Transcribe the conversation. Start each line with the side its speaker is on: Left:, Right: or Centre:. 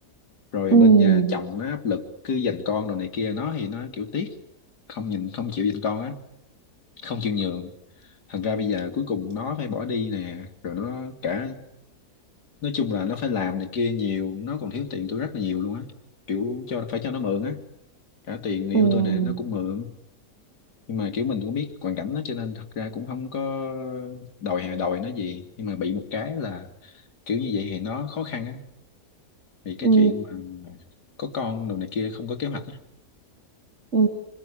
Left: rồi
Right: ừ
Left: bên nhà chồng nó áp lực cứ giành con rồi này kia nó thì nó kiểu tiếc không nhìn không chịu giành con á không chịu nhường thành ra bây giờ cuối cùng nó phải bỏ đi nè rồi nó cả nói chung là nó phải làm này kia nhiều nó còn thiếu tiền tôi rất là nhiều luôn á kiểu cho phải cho nó mượn á cả tiền người
Right: ừ
Left: yêu tôi nè nó cũng mượn nhưng mà kiểu mình cũng biết hoàn cảnh nó cho nên thật ra cũng không có đòi hè đòi nó gì nhưng mà bị một cái là kiểu như vậy thì nó khó khăn á vì cái
Right: ừ
Left: chuyện mà có con đồ này kia không có kế hoạch á
Right: ừ